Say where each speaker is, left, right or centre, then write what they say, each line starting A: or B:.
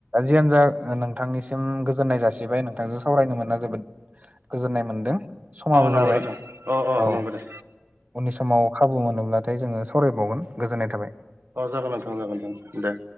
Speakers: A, on the right; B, on the right.
A: जियानो जा नोंथांनिसिम गोजोननाय जासिबाय नोंथांजों सावरायनो मोना जोबोद गोजोननाय मोनदों समाबो
B: नंगौ
A: जाबाय
B: नोंथां अ अ
A: औ
B: नंगौ दे
A: उननि समाव खाबु मोनोब्लाथाय जोङो सावरायबावगोन गोजोन्नाय थाबाय
B: अ जागोन नोंथां जागोनां दे